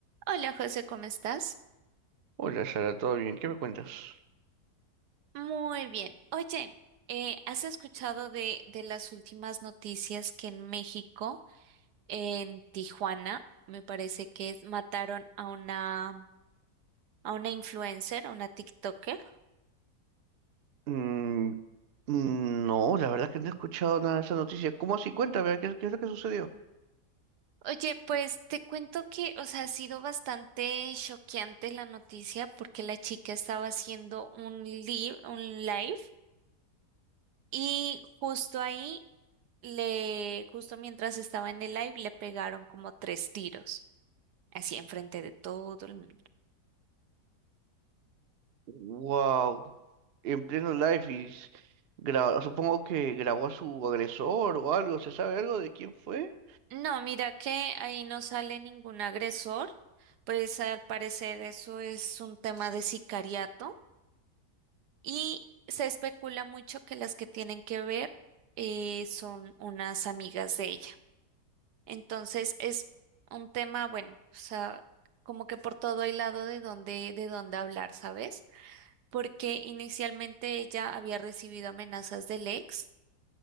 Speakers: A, on the right; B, on the right.
A: Hola José, ¿cómo estás?
B: Hola Sara, ¿todo bien? ¿Qué me cuentas?
A: Muy bien. Oye, eh, ¿has escuchado de, de las últimas noticias que en México, en Tijuana, me parece que es- mataron a una, a una influencer, a una TikToker?
B: Mm, no, la verdad que no he escuchado nada de esa noticia. ¿Cómo así? Cuéntame, ¿qué, qué es lo que sucedió?
A: Oye, pues te cuento que, o sea, ha sido bastante choqueante la noticia porque la chica estaba haciendo un live, un live y justo ahí le, justo mientras estaba en el live, le pegaron como tres tiros. así enfrente de todo el mundo.
B: Wow, en pleno live y s- graba- supongo que grabó a su agresor o algo, ¿se sabe algo de quién fue?
A: No, mira que ahí no sale ningún agresor, pues al parecer eso es un tema de sicariato y se especula mucho que las que tienen que ver eh, son unas amigas de ella. Entonces es un tema, bueno, o sea, como que por todo hay lado de donde, de donde hablar, ¿sabes? Porque inicialmente ella había recibido amenazas del ex.